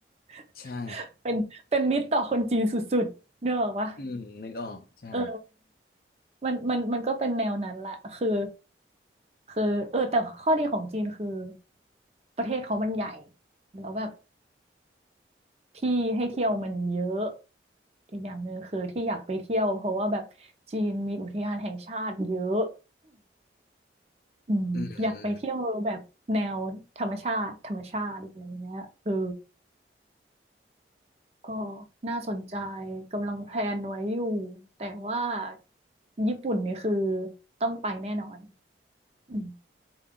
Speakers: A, on the right; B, on the left.
A: <laughs>
B: ใช่
A: เป็นเป็นมิตรต่อคนจีนสุดๆเนกอะวะ
B: อืมนึกออกใช่
A: เออมันมันมันก็เป็นแนวนั้นแหละคือคือเออแต่ข้อดีของจีนคือประเทศเขามันใหญ่แล้วแบบ ที่ให้เที่ยวมันเยอะอีกอย่างหนึ่งคือที่อยากไปเที่ยวเพราะว่าแบบจีนมีอุทยานแห่งชาติเยอะ <clears throat> อืมอยากไปเที่ยวแบบแนวธรรมชาติธรรมชาติอะไรเงี้ยเออ
B: อืม
A: ก็น่าสนใจกำลังแพลนไว้อยู่แต่ว่าญี่ปุ่นนี่คือต้องไปแน่นอนอืม